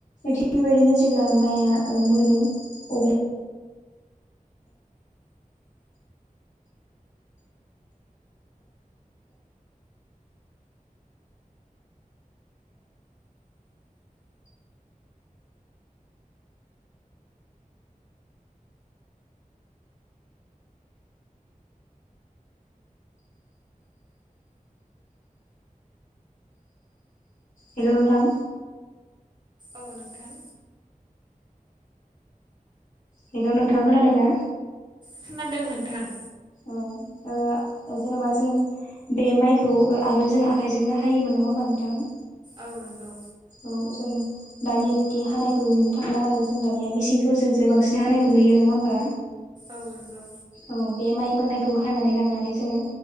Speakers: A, on the left (about 60°); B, on the right (about 30°).
A: थिग बेबायदिनो जेब्ला माइआ मोनो अब्ला हेल' नोंथां
B: औ नोंथां
A: हेल' नोंथाङा खोनादों ना?
B: खोनादों नोंथां।
A: औ जेनेबा जों बे माइखौ आगोल जों आखायजोंनो हायोमोन नङा होनबा? नोंथां
B: औ नोंगौ
A: औ जों दानिया बिदि हानायखौ नुनो थांला आरो जों दानिया मिसिंफोरजोंसो बांसिन हानायखौ नु गयो नङा होमबा
B: औ नंगौ
A: औ बे माइ मोननायखौ हानानै लांनानै जोंङो